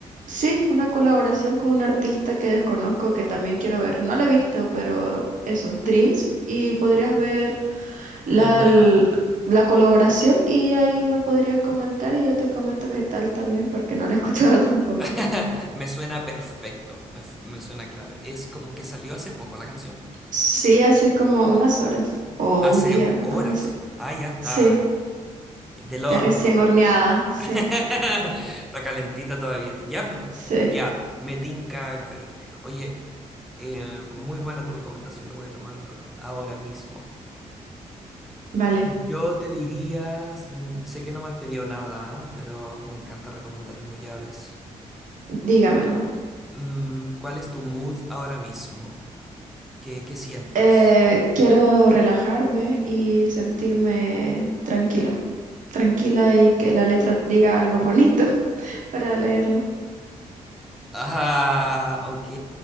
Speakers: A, on the right; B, in the centre.
A: sí, una colaboración con un artista que desconozco que también quiero ver. No la he visto, pero eso, Dreams. Y podrías ver la,
B: la nueva.
A: l- la colaboración y ahí me podrías comentar y yo te comento qué tal también porque no la he <laughs> escuchado tampoco.
B: <laughs> Me suena perfecto, me, f- me suena clave. Es como que salió hace poco la canción.
A: Sí, hace como unas horas o
B: Hace
A: un día,
B: horas.
A: algo así.
B: Ah, ya está
A: Sí,
B: del
A: está
B: horno.
A: recién horneada,
B: <laughs>
A: sí,
B: Está calentita todavía. Ya, mm,
A: sí.
B: ya, me tinca, Gaby. Oye, eh, muy buena tu recomendación, lo voy a tomar ahora mismo.
A: Vale,
B: Yo te diría, mm, sé que no me has pedido nada, ¿ah? pero me encanta recomendar Nuyaves.
A: dígame nomás.
B: Mm, ¿cuál es tu mood ahora mismo? ¿Qué, qué sientes?
A: Eh, quiero relajarme y sentirme tranquila, tranquila y que la letra diga algo bonito <laughs> para leerlo.
B: Ah, ok.